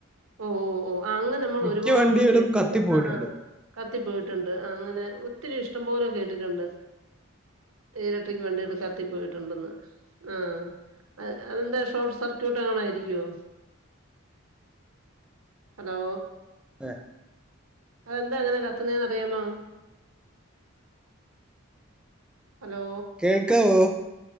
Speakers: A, on the right (about 85°); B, in the centre.
A: ഓ ഓ ഓ അങ്ങനെ അമ്മൾ
B: മിക്ക
A: ഒരുപാട്
B: വണ്ടികളും
A: കേട്ടത്
B: കത്തിപ്പോയിട്ടുണ്ട്
A: ആഹ് ആഹ കത്തിപ്പോയിട്ടുണ്ട് ആ അങ്ങനെ ഒത്തിരി ഇഷ്ടം പോലെ കേട്ടിട്ടുണ്ട് ഇലക്ട്രിക് വണ്ടികള് കത്തി പോയിട്ടുണ്ടന്ന് ആഹ് അത് അതെന്താ ഷോർട്ട് സർക്യൂട്ട് എങ്ങണായിരിക്കുവോ ഹലോ
B: അതേ
A: അതെന്താ അങ്ങനെ കത്തുന്നേന്ന് അറിയാമോ ഹലോ
B: കേൾക്കാവോ